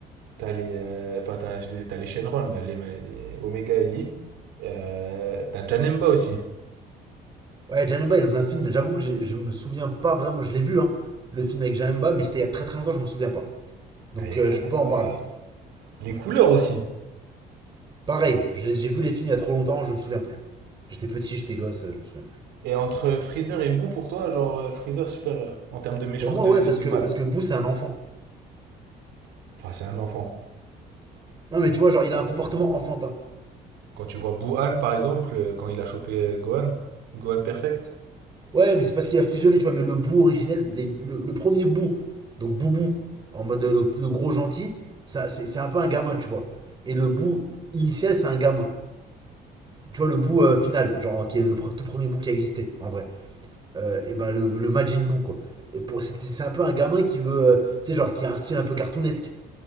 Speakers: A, on the right (about 85°); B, on the right (about 25°).
A: t'as les, euh, enfin, t'as les, t'as les Shenron, là, les, les Omega et Lee. Euh, t'as Janemba aussi.
B: Ouais, Janemba est dans un film, mais j'avoue que j'ai- je me souviens pas vraiment. Je l'ai vu, hein, le film avec Janemba, mais c'était il y a très très longtemps, je me souviens pas. Donc,
A: Ah, y a
B: euh,
A: déjà
B: je peux
A: Nemba.
B: pas en parler.
A: Les couleurs aussi.
B: Pareil, j'ai vu les films il y a trop longtemps, je me souviens plus. J'étais petit, j'étais gosse, euh, je me souviens plus.
A: Et entre Freezer et Boo, pour toi, genre euh, Freezer supérieur en termes de méchant
B: Pour moi,
A: de,
B: ouais, parce
A: de
B: que,
A: mal.
B: parce que Boo, c'est un enfant.
A: Enfin, c'est un enfant.
B: Non, mais tu vois, genre, il a un comportement enfantin.
A: Quand tu vois Boo Han, par exemple, euh, quand il a chopé euh, Gohan, Gohan Perfect.
B: Ouais, mais c'est parce qu'il a fusionné, tu vois, mais le Boo originel, les- le, le premier Boo, donc Boubou, en mode euh, le, le gros gentil, ça, c'est un peu un gamin, tu vois. Et le Boo initial, c'est un gamin. Tu vois, le Boo euh, final, genre, qui est le tout premier Boo qui a existé, en vrai. Euh, et ben, le, le Majin Boo, quoi. C'est un peu un gamin qui veut, euh, tu sais, genre, qui a un style un peu cartoonesque.